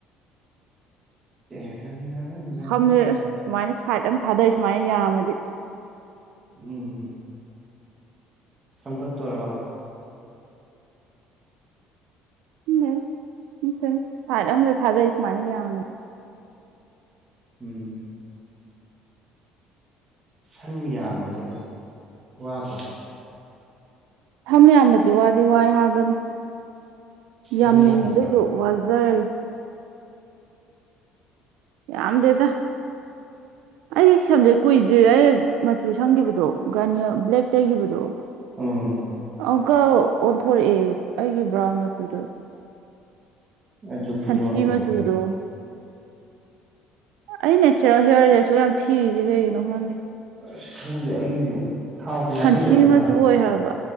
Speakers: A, on the right; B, on the right.
A: <unintelligible>
B: ꯁꯝꯖꯦ ꯑꯁ ꯁꯨꯃꯥꯏꯅ ꯁꯥꯏꯠ ꯑꯃ ꯊꯥꯗꯩ ꯁꯨꯃꯥꯏꯅ ꯌꯥꯝꯃꯗꯤ꯫
A: ꯎꯝ꯫ ꯁꯝꯀꯛꯇꯣꯔꯕ꯫
B: <unintelligible> ꯁꯥꯏꯠ ꯑꯗ ꯊꯥꯗꯩ ꯁꯨꯃꯥꯏꯅ ꯌꯥꯝꯃꯗꯤ꯫
A: ꯎꯝ꯫ ꯁꯝ ꯌꯥꯝꯕꯁꯦ ꯋꯥꯗꯣ꯫
B: ꯁꯝ ꯌꯥꯝꯕꯕꯁꯤ ꯋꯥꯗꯤ ꯋꯥꯏ ꯍꯥꯏꯕꯅꯤ ꯌꯥꯝꯅꯤꯡꯉꯦ
A: ꯅꯪ ꯌꯥꯝꯗ꯭ꯔꯥ
B: ꯑꯗꯨꯏꯁꯨ꯫ ꯋꯥꯖꯩ꯫ ꯌꯥꯝꯗꯦꯗ꯫ ꯑꯩꯒꯤ ꯁꯦꯝꯖꯦ ꯀꯨꯏꯗ꯭ꯔꯤ ꯑꯩ ꯃꯆꯨ ꯁꯪꯈꯤꯕꯗꯣ ꯒꯥꯔꯅꯤꯌꯥ ꯕ꯭ꯂꯦꯛ ꯇꯩꯈꯤꯕꯗꯣ꯫
A: ꯎꯝ
B: ꯑꯪꯎꯀ ꯑꯣꯟꯊꯣꯔꯛꯑꯦ ꯑꯩꯒꯤ ꯕ꯭ꯔꯥꯎꯟ ꯃꯆꯨꯗꯣ꯫
A: ꯑꯗꯨ ꯈꯨꯗꯤꯡꯃꯛꯀꯤꯅꯤ
B: ꯁꯟꯊꯤ ꯃꯆꯨꯗꯣ꯫
A: ꯀꯩꯅꯣ ꯑꯁ
B: ꯑꯩ ꯅꯦꯆꯔꯦꯜ ꯍꯤꯌꯔꯁꯦ ꯑꯁꯨꯛꯌꯥꯝ ꯊꯤꯔꯤꯁꯦ ꯀꯩꯒꯤꯅꯣ ꯈꯪꯗꯦ꯫
A: ꯑꯁ ꯈꯪꯗꯦ ꯑꯩꯒꯤꯁꯨ꯫ ꯊꯥꯎ ꯀꯌꯥ
B: ꯁꯟꯊꯤ
A: ꯇꯩꯗꯕꯩ
B: ꯃꯆꯨ
A: ꯃꯥꯜꯂꯦ
B: ꯑꯣꯏ ꯍꯥꯏꯕ꯫